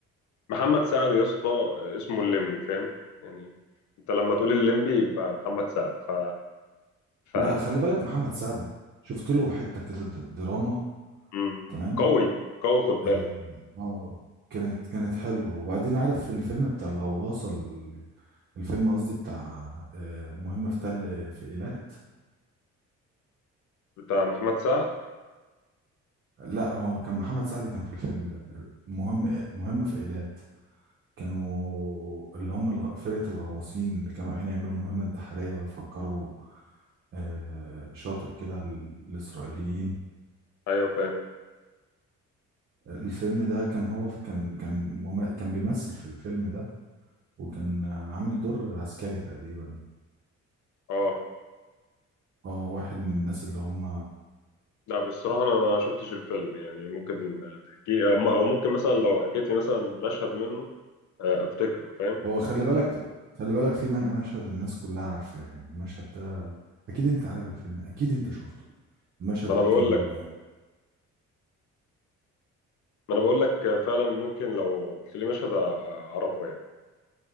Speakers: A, on the left (about 70°); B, on the right (about 45°).
A: محمد سعد يا اسطى اسمه الليمبي فاهم يعني انت لما تقول الليمبي يبقى محمد سعد ف ف
B: لا خلي بالك محمد سعد شفت له حتة كده د- دراما
A: مم.
B: تمام
A: قوي قوي خد
B: اه
A: بالك
B: آه، كانت كانت حلوة وبعدين عارف في الفيلم بتاع الغواصة ال- الفيلم قصدي بتاع آه، مهمة في تل في إيلات
A: بتاع محمد سعد
B: لا هو كان محمد سعد كان في الفيلم ده مهم مهمة في إيلات كانوا اللي هم الغ- فرقة الغواصين اللي كانوا رايحين يعملوا مهمة انتحارية ويفجروا آه، شاطئ كده للإسرائيليين
A: ايوه فاهم
B: الفيلم ده كان هو في- كان كان مم- كان بيمثل في الفيلم ده وكان آه، عامل دور عسكري تقريبا
A: اه
B: اه واحد من الناس اللي هم
A: لا بصراحة انا ما شفتش الفيلم يعني ممكن تحكي لي او ممكن مثلا لو حكيت لي مثلا مشهد منه آه، افتكره فاهم
B: هو خلي بالك خلي بالك في م- مشهد الناس كلها عارفة المشهد ده اكيد انت عارف الفيلم اكيد انت شفته المشهد
A: ما انا
B: ده
A: بقول
B: كان
A: لك ما انا بقول لك فعلا ممكن لو قلت لي مشهد أ- اعرفه يعني